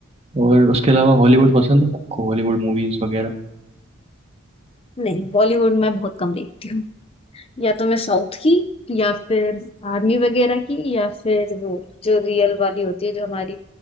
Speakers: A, on the right; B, on the left.
A: और उसके अलावा हॉलीवुड पसंद है आपको हॉलीवुड मूवीज वगैरह
B: नहीं बॉलीवुड मैं बहुत कम देखती हूँ या तो मैं साउथ की या फिर आर्मी वगैरह की या फिर वो जो रियल वाली होती है जो हमारी